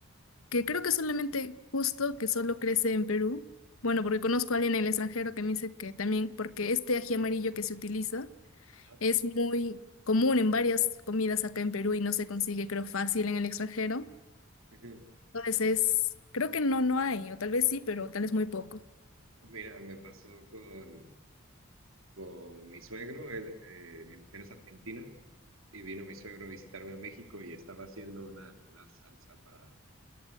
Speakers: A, on the left; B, on the right.
A: que creo que solamente justo que solo crece en Perú. Bueno, porque conozco a alguien en el extranjero que me dice que también, porque este ají amarillo que se utiliza
B: Ajá.
A: es muy común en varias comidas acá en Perú y no se consigue, creo, fácil en el extranjero.
B: Ujú.
A: Entonces es, creo que no, no hay, o tal vez sí, pero tal vez muy poco.
B: Mira, me pasó con, con mi suegro, él, eh, mi mujer es argentina, y vino mi suegro a visitarme a México y estaba haciendo una, una salsa para,